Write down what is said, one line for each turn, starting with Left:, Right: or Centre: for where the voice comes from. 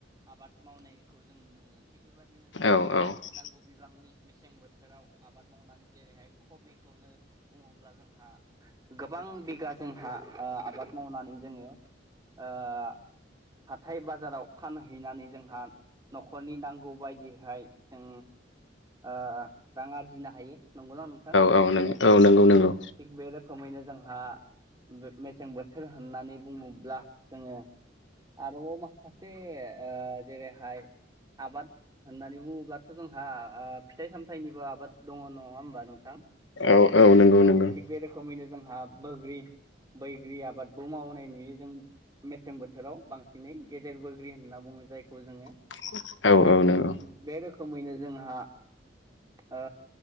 Right: आबाद मावनायखौ जों नुनो मोनो। थिग बेबायदिनो जोंहा
Left: नों
Right: नांगौ बिबांनि मेसें बोथोराव आबाद मावनानै जेरैहाय खबिखौनो बुङोब्ला जोंहा गोबां बिगा जोंहा ओ आबाद मावनानै जोङो ओ हाथाय बाजाराव फानहैनानै जोंहा नखर नखरनि नांगौ बायदिहाय जों ओ रां आरजिनो हायो। नंगौना नोंथां
Left: औ नंगौ
Right: औ
Left: नंगौ
Right: औ थिग बे रोखोमैनो जोंहा मेसें बोथोर होननानै बुङोब्ला जोङो आरोबाव माखासे ओ जेरैहाय आबाद होननानै बुङोब्लाथ जोंहा ओ फिथाइ सामथाइनिबो आबाद दङ नङा होमबा नोंथां।
Left: औ नंगौ
Right: औ
Left: नंगौ
Right: थिग बे रोखोमैनो जोंहा बोग्रि बैग्रि आबादखौ मावनाय नुयो जों। मेसें बोथोराव बांसिनै गेदेर बोग्रि होनना बुङो जायखौ जोङो
Left: <inaudible>
Right: थिग
Left: नंगौ
Right: बे रोखोमैनो जोंहा ओ